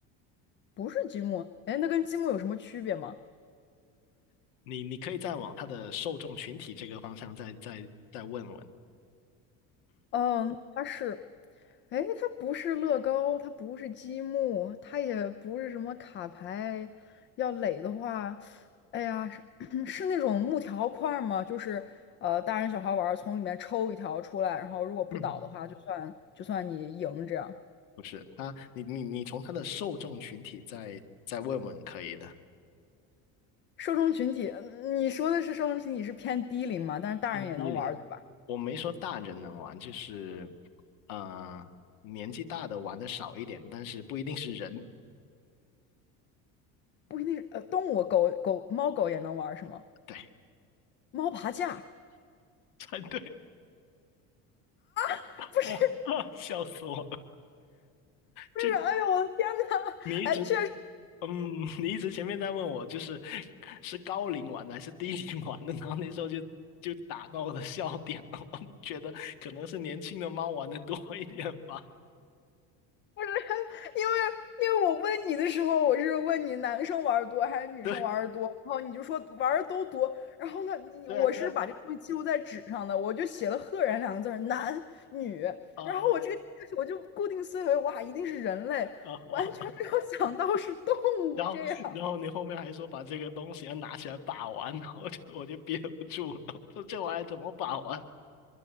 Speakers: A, on the left; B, on the left.
A: 不是积木，哎，那跟积木有什么区别吗？
B: 你你可以再往他的受众群体这个方向再再再问问。
A: 嗯，它是，哎，它不是乐高，它不是积木，它也不是什么卡牌。要垒的话，哎呀，是 <coughs> <clears throat> 是那种木条块儿吗？就是呃，大人小孩玩儿从里面抽一条出来，然后如果不倒的话，
B: 嗯，
A: 就算就算你赢这样。
B: 不是他，你你你从他的受众群体再再问问可以的。
A: 受众群体，嗯你说的是受众群体是偏低龄嘛？但是大人也能玩儿对吧？
B: 偏低龄。我没说大人能玩，就是呃年纪大的玩的少一点，但是不一定是人。
A: 不一定是呃动物，狗狗猫狗也能玩是吗？
B: 对，
A: 猫爬架啊？
B: <laughs> 才对，
A: <laughs>
B: <laughs>
A: 不是
B: 笑死我了！
A: 不是，
B: 这，
A: 哎呦我的天呐，
B: 你一直
A: 哎，确实
B: 嗯，<laughs> 你一直前面在问我，就是是高龄玩的还是低龄玩的，<laughs> 然后那时候就就打到了笑点了。<laughs> 我觉得可能是年轻的猫玩的多一点吧。
A: 不是，因为因为我问你的时候，我是问你男生玩的多还是女生玩的多，
B: <laughs> 对
A: 然后你就说玩的都多，然后呢，你我是把这个东西记录在纸上的，
B: 对啊对啊
A: 我就写了“赫然”两个字儿男女，
B: 啊
A: 然后我这个我就固定思维，哇，一定是人类，
B: 啊！
A: 完全没有想到是动物这样。
B: 啊然后然后你后面还说把这个东西要拿起来把玩，<laughs> 然后我就我就憋不住了，<laughs> 我说这玩意儿怎么把玩？